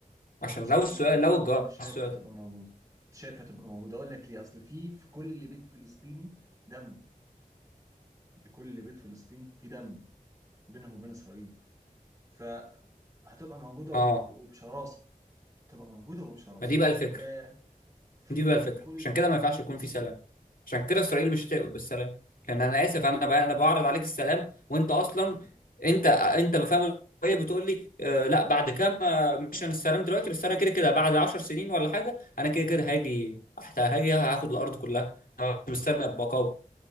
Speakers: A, on the left; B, on the right.
A: عشان
B: انا شايف
A: لو السؤال
B: انها هتبقى
A: لو الجواب
B: انا شايف
A: على السؤال
B: هتبقى موجوده شايف هتبقى موجوده اقول لك ليه اصل في في كل بيت فلسطيني دم لكل بيت فلسطيني في دم بينهم وبين اسرائيل فهتبقى موجوده
A: اه
B: وب- وبشراسه هتبقى موجوده وبشراسه
A: ما دي بقى الفكره
B: آه في
A: دي بقى
B: لكل
A: الفكره عشان كده ما ينفعش
B: ايوه
A: يكون
B: بالظبط
A: في سلام عشان كده اسرائيل مش هتقبل بالسلام لان انا اسف انا بقى انا بعرض عليك السلام وانت اصلا
B: مم.
A: انت انت بفهم ايه بتقول لي آه لا بعد كام آه، مش انا السلام دلوقتي بس انا كده كده بعد 10 سنين ولا حاجه انا كده كده هاجي حتى هاجي هاخد الارض كلها انا مش مستني ابقى قوي